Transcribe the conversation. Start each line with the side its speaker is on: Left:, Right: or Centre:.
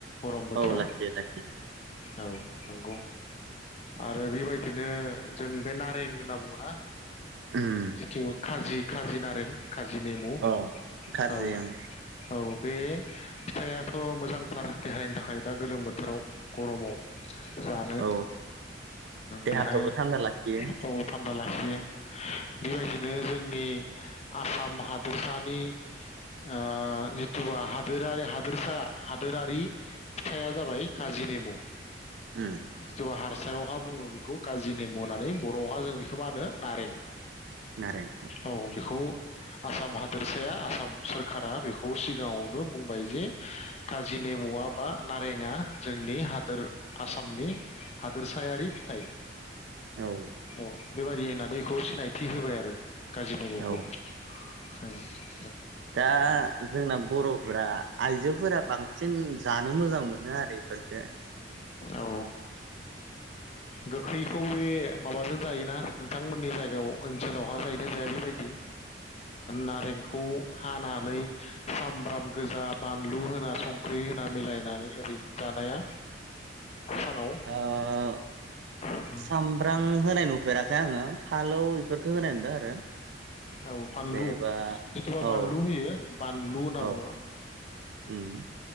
Left: गरम बोथोराव
Right: औ लाखियो लाखियो
Left: औ नंगौ आरो बेबायदिनो जों बे नारें होनना बुङोना?
Right: उम
Left: जिथु खारजि खारजि नारें काजि नेमु
Right: औ खारजि
Left: औ
Right: ओं
Left: औ बे फिथाइयाथ' मोजांथार देहानि थाखाय दा गोलोम बोथोराव गरमाव। जानो
Right: औ देहाखौबो
Left: बेहाय
Right: थान्दा लाखियो
Left: औ थाम बा लाखियो। बेबायदिनो जोंनि आसाम हादोरसानि ओ जिथु हादोरारि हादोरसा हादोरारि फिथाइया जाबाय काजि नेमु।
Right: उम
Left: जहार सायावहा बुङो बेखौ काजि नेमु होननानै बर'आवहा जों बेखौ मा होनो नारें।
Right: नारें
Left: औ बेखौ आसाम हादोरसाया आसाम सोरखारा बेखौ सिगाङावनो बुंबाय जे काजिनेमुआ बा नारेंआ जोंनि हादोर आसामनि हादोरसायारि फिथाइ।
Right: औ
Left: औ बेबायादि होननानै <unintelligible> नायथि होबाय आरो। काजि नेमुखौ।
Right: औ
Left: ए <unintelligible>
Right: दा जोंना बरफोरा आइजोफोरा बांसिन जानो मोजां मोनो आरो इफोरफोरखो।
Left: औ गोखै खौ बे माबाजों जायोना नोंथांमोननि जायगायाव ओनसोलावहा जाहैनाय जाया बेबायदि। नारेंखौ हानानै सामब्राम गोजा बानलु होना सं ख्रि होना मिलायनानै ओरै जानाया सानाव
Right: आं
Left: उम
Right: सामब्राम होनाय नुफेराखै आङो। फालौ इफोरखौ होनाय नुनदो आरो।
Left: औ फानलु
Right: जेनेबा
Left: जिथबा
Right: औ
Left: बानलु होयो बानलु होनना
Right: औ
Left: बुङो।
Right: उम